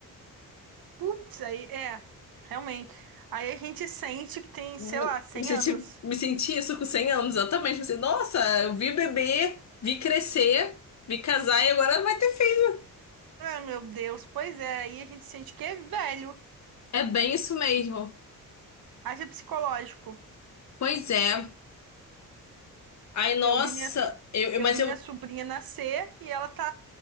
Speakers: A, on the right; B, on the left.
A: Putz, aí é, realmente. Aí a gente sente que tem,
B: Me,
A: sei lá, 100
B: me senti,
A: anos.
B: me senti isso com 100 anos, exatamente. Pensei, nossa, eu vi bebê, vi crescer, vi casar e agora vai ter filho.
A: Ah, meu Deus, pois é, aí a gente sente que é velho.
B: É bem isso mesmo.
A: Haja psicológico.
B: Pois é. Ai, nossa,
A: Eu vi minha,
B: eu, eu-
A: eu
B: mas
A: vi
B: eu.
A: minha sobrinha nascer e ela tá